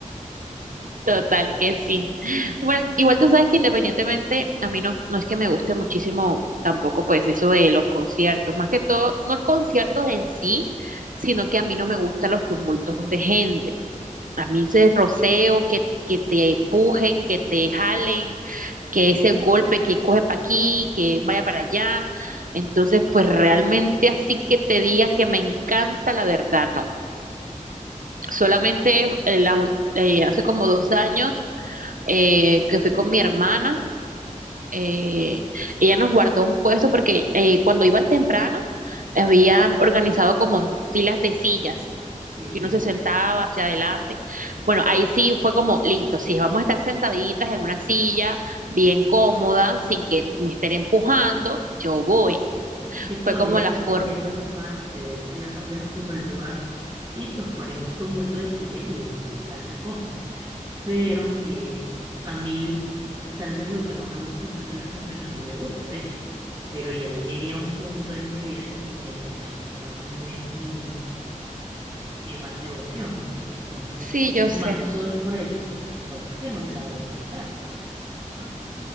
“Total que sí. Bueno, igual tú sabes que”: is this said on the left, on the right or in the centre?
Right